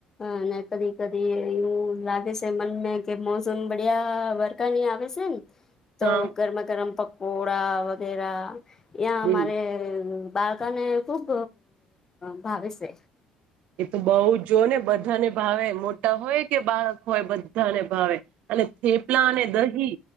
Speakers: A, on the left (about 20°); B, on the right (about 65°).
A: અને કદી કદી એવું લાગે છે મન કે મોસમ બડિયા વરખા ની આવે છે ને તો
B: હા
A: ગરમ ગરમ પક ઘોડા વગેરા યા અમારે
B: બિલ
A: બાળ તને ખુબ ભાવે છે
B: એ તો બઉુ જો ને બધાને ભાવે મોટા હોય કે બાળક હોય બધા ધાને ભાવે અને થેપલા અને દહી